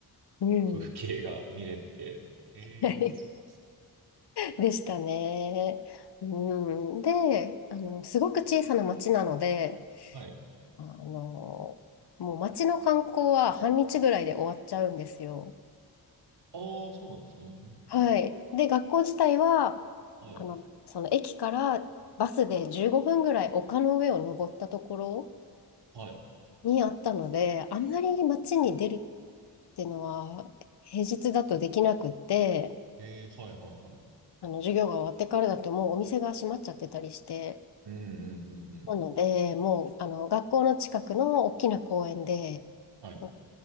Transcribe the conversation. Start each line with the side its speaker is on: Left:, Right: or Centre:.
Left: うん。
Right: 風景が見れて。ええーあ、
Left: <laughs>
Right: そうです。
Left: でしたね。うん、で、あの、すごく小さな町なので、
Right: はい。
Left: あの、もう町の観光は半日ぐらいで終わっちゃうんですよ。
Right: ああ、そうなんですね。
Left: はい。で、学校自体は、
Right: はい。
Left: あの、その駅からバスで15分ぐらい丘の上を登ったところ
Right: はい。
Left: にあったので、あんまり街に出るっていうのは平日だとできなくって、
Right: えー、はいはいはい。
Left: あの、授業が終わってからだともうお店が閉まっちゃってたりして、
Right: うんうんうんうん。
Left: なので、もう、あの、学校の近くの大きな公園で、
Right: はい。
Left: もう